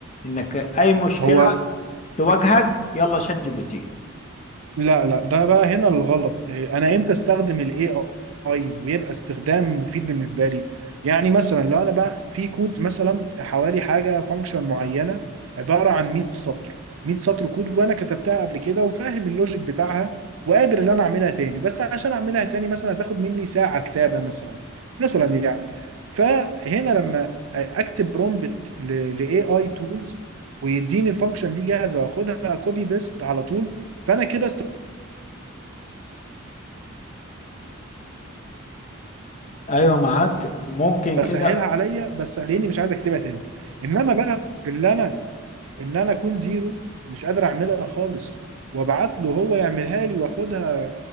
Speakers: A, on the left (about 35°); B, on the right (about 85°).
A: انك اي مشكله
B: هو
A: تواجهك يلا شات جي بي تي
B: لا لا ده بقى هنا الغلط إيه، انا امتى استخدم الاي اي ويبقى استخدام مفيد بالنسبه لي يعني مثلا لو انا بقى في كود مثلا حوالي حاجه فانكشن معينه عباره عن 100 سطر 100 سطر كود وانا كتبتها قبل كده وفاهم اللوجيك بتاعها وقادر ان انا اعملها تاني بس عشان اعملها تاني مثلا هتاخد مني ساعه كتابه مثلا مثلا يعني فهنا لما اكتب برومبت لاي اي تولز ويديني الفانكشن دي جاهزه واخدها كوبي بيست على طول فانا كده
A: ايوه معاك ممكن
B: بسهلها
A: كده
B: عليا بس لاني مش عايز اكتبها تاني انما بقى اللي انا ان انا اكون زيرو مش قادر اعملها خالص وابعت له هو يعملها لي واخدها